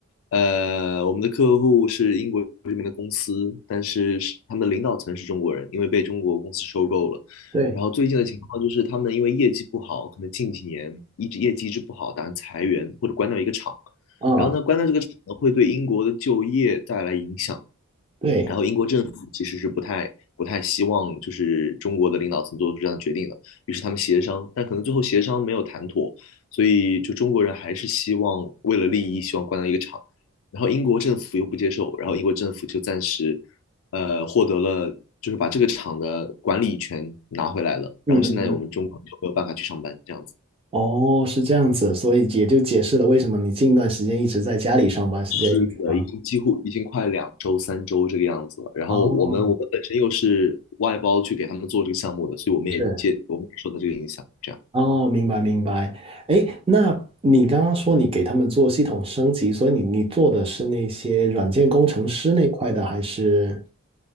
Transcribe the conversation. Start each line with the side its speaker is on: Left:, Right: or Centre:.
Left: 呃，我们的客户是英国这边的公司，但是是他们的领导层是中国人，因为被中国公司收购了。
Right: 对，
Left: 然后最近的情况就是他们因为业绩不好，可能近几年一直业绩一直不好，打算裁员或者关掉一个厂。
Right: 啊，
Left: 然后呢，关掉这个厂呢，会对英国的就业带来影响。
Right: 对，
Left: 然后英国政府其实是不太不太希望就是中国的领导层做出这样的决定的，于是他们协商，但可能最后协商没有谈妥，所以就中国人还是希望为了利益希望关掉一个厂，然后英国政府又不接受，然后英国政府就暂时呃获得了就是把这个厂的管理权拿回来了，
Right: 嗯嗯嗯，
Left: 然后现在我们中国就没有办法去上班这样子。
Right: 哦，是这样子，所以也就解释了为什么你近段时间一直在家里上班是这个意思吗？
Left: 是的，已经几乎已经快两周、三周这个样子了。然后我们我们本身又是外包去给他们做这个项目的，
Right: 哦，
Left: 所以我们也接我们也受到这个影响。
Right: 是，
Left: 这样。
Right: 哦，明白明白。哎，那你刚刚说你给他们做系统升级，所以你你做的是那些软件工程师那块的，还是？